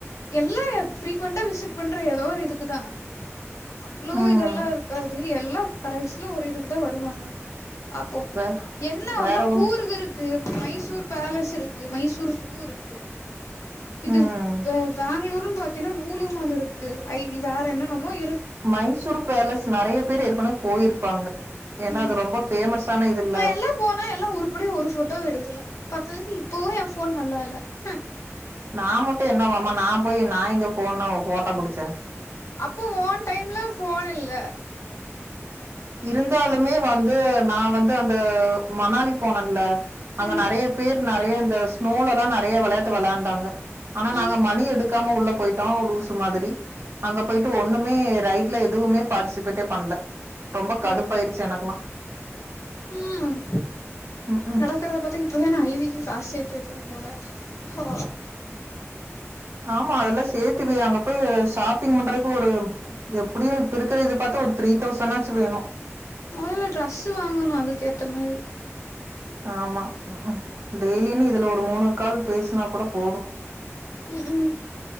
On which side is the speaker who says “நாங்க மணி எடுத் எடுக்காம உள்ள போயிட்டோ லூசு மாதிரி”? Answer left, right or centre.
Right